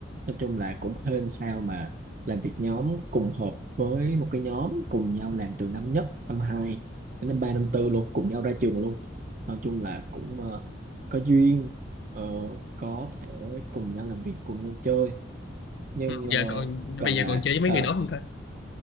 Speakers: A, on the right; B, on the left.
A: nói chung là cũng hên sao mà làm việc nhóm cùng hợp với một cái nhóm cùng nhau làm từ năm nhất năm hai đến năm ba năm tư luôn cùng nhau ra trường luôn nói chung là cũng ờ, có duyên ờ, có thể cùng nhau làm việc cùng nhau chơi nhưng
B: Ừ,
A: ờ,
B: giờ còn
A: gọi
B: bây
A: là
B: giờ còn chơi với mấy
A: ờ,
B: người đó không ta